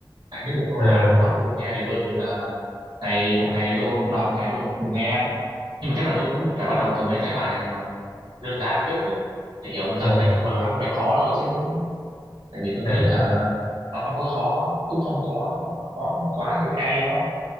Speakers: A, on the right; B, on the left.
A: hai cái mục thôi
B: à
A: là mục đọc với mục nghe thì tôi kiểu như là ngày một ngày tôi ôn mục đọc một ngày tôi ôn mục, mục nghe nhưng mà chắc là tôi cũng phải bắt đầu từ mấy cái bài mà đơn giản trước chứ để hiểu dần dần
B: à
A: lên xong rồi làm cái bài khó thôi chứ cũng tại vì tôi
B: à
A: nghĩ
B: à
A: là nó không có khó cũng không có khó quá như ai eo ấy.